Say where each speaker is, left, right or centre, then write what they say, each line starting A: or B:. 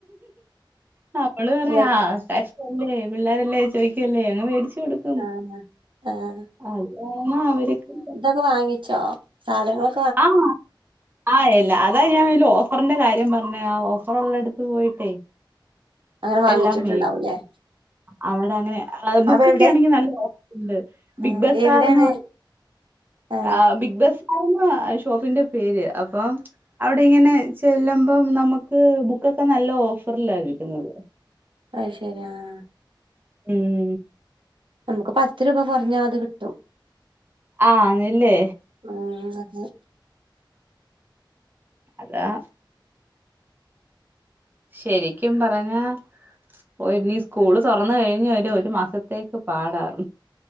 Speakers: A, on the right; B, on the right.
A: നമ്മെള് പറയും
B: ഇങ്ങക്ക്
A: ആ കഷ്ടല്ലേ, പിള്ളാരല്ലേ ചോദിക്ക്വല്ലേ. അങ്ങ് മേടിച്ച് കൊടുക്കും
B: ആഹ് ആഹ്
A: അതാണ് അവര്ക്കും.
B: ബുക്ക് വാങ്ങിച്ചോ സാധനങ്ങളൊ
A: ആഹ് ആയല്ലോ അതാ ഞാൻ വല്ല ഓഫറിന്റെ കാര്യം പറഞ്ഞേ ആഹ് ഓഫറുള്ള എടുത്ത് പോയിട്ടേ.
B: അങ്ങനെ വാങ്ങിച്ചിട്ടുണ്ടാവൂല്ലേ?
A: എല്ലാം മേടിക്കും അവിടെ അങ്ങനെ ആഹ് ബുക്ക്‌
B: അവ
A: ഒക്കെ
B: എവിടെ
A: ആണെങ്കിൽ നല്ല ഓഫറുണ്ട്
B: ആ
A: ബിഗ് ബസാർ
B: എവിടെയാണ്
A: എന്നുപറഞ്ഞു.
B: ആ
A: ആഹ് ബിഗ് ബസാർന്ന് ആഹ് ഷോപ്പിന്റെ പേര്, അപ്പം. അവിടെ ഇങ്ങനെ ചെല്ലുമ്പോ നമുക്ക് ബുക്ക് ഒക്കെ നല്ല ഓഫറിൽ കിട്ടുന്നത്.
B: അത് ശരി ആഹ്.
A: ഉം
B: നമുക്ക് പത്ത് രൂപ കുറഞ്ഞാൽ അത് കിട്ടും.
A: ആണല്ലേ?
B: ആഹ് അതെ.
A: അതാ ശരിക്കും പറഞ്ഞാൽ. ഓഹ് ഇനി സ്കൂള് തുറന്നു കഴിഞ്ഞുവരെ ഒരു മാസത്തേക്ക് പാടാ.